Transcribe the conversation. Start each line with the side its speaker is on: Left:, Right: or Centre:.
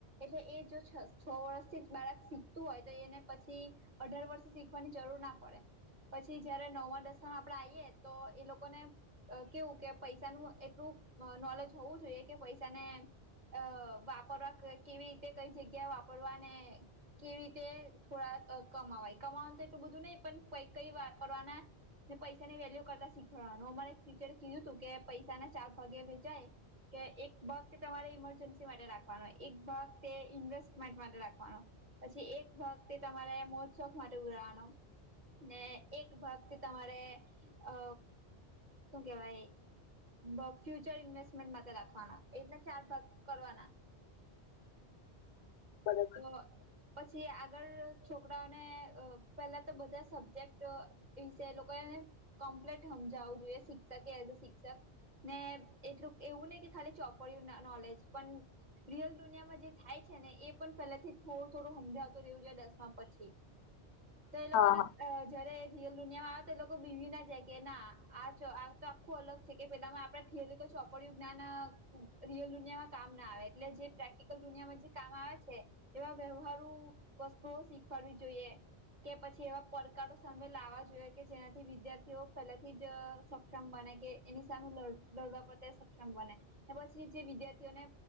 Right: એટલે એ જો છ છ વર્ષથી જ બાળક શીખતું હોય તો એને પછી અઢાર વર્ષ શીખવાની જરૂર ના પડે પછી જયારે નવમાં દસ હા આપડે આઈએ તો એ લોકો ને અ કેવું કે પૈસાનું એટલું અ નોલેજ હોવું જોઈએ કે પૈસાને અ વાપરવા કે કેવી રીતે કઈ જગ્યા વાપરવાને કેવી રીતે થોડા અ કમાવાય કમાવાનું તો એટલું બધું નહી પણ કઈ કઈ વાપરવાના ને પૈસાની વેલ્યુ કરતા શીખવાડવાનું અમારે એક ટીચરે કીધું હતું કે પૈસા ના ચાર ભાગે વેચાય કે એક ભાગ તે તમારે ઇમરજન્સી માટે રાખવાનો એક ભાગ તે ઇન્વેસ્ટમેન્ટ માટે રાખવાનો પછી એક ભાગ તે તમારે મોજ શોખ માટે ઉડાડવાનો ને એક ભાગ છે. તમારે અ શું કેવાય બોવ ફ્યુચર ઇન્વેસ્ટમેન્ટ માટે રાખવાના એકના ચાર ભાગ કરવાના
Left: <inaudible> બરોબર
Right: અ. પછી આગળ છોકરાઓને અ પેલા તો બધા સબ્જેક્ટ છે એ લોકો એને કમ્પ્લીટ હમજાવું જોઈએ શિક્ષક એઝ અ શિક્ષક ને એટલું એવું નહી કે ખાલી ચોપડ્યું ના નોલેજ પણ રિયલ દુનિયામાં જે થાય છે ને એ પણ પહેલાથી થોડું થોડું હમજાવતો રહેવું જોય દસમા પછી
Left: <inaudible>
Right: ત્યાં એ લોકોને
Left: હા હા
Right: અ જયારે રિયલ દુનિયામાં આવે તો એ લોકો બીવી ના જાય કે ના આ આ તો આખું અલગ છે કે પેલામાં આપણે એ લોકો ચોપડું જ્ઞાન અ રિયલ દુનિયામાં કામ ના આવે એટલે જે પ્રેક્ટિકલ દુનિયામાં જે કામ આવે છે. એવા વ્યવહારું વસ્તુઓ શીખવાડવી જોઈએ. કે પછી એવા પડકારો સામે લાવવા જોઇએ કે જેનાથી વિદ્યાર્થીઓ પહેલાથી જ સક્ષમ બને કે એની સામે લ લડવા પ્રત્યે સક્ષમ બને પછી એ જે વિદ્યાર્થીઓને